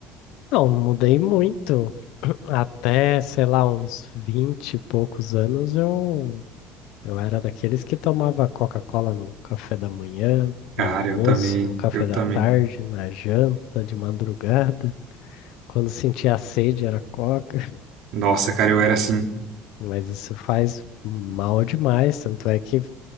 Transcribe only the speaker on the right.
Cara,
eu também,
eu
também.
Nossa, cara, eu era assim.